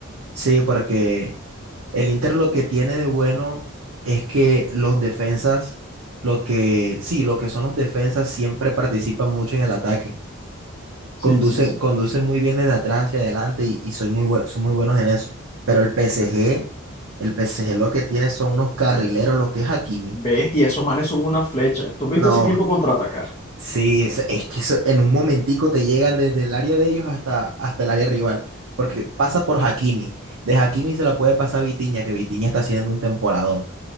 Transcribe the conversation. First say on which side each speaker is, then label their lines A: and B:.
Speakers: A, on the right (about 70°); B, on the left (about 25°).
A: sí, porque el Inter lo que tiene de bueno es que los defensas, lo que, sí, lo que son los defensas siempre participan mucho en el ataque.
B: Sí,
A: Conducen,
B: sí, sí.
A: conducen muy bien desde atrás hacia adelante y, y soy muy buen- son muy buenos en eso. Pero el PSG, el PSG lo que tiene son unos carrileros, lo que es Hakimi.
B: Bestia, esos manes son una flecha. ¿Tú has visto
A: No,
B: ese equipo contraatacar?
A: Sí, es, es que eso, en un momentico te llegan desde el área de ellos hasta, hasta el área rival, porque pasa por Hakimi. De Hakimi se la puede pasar a Vitinha, que Vitinha está haciendo un temporadón.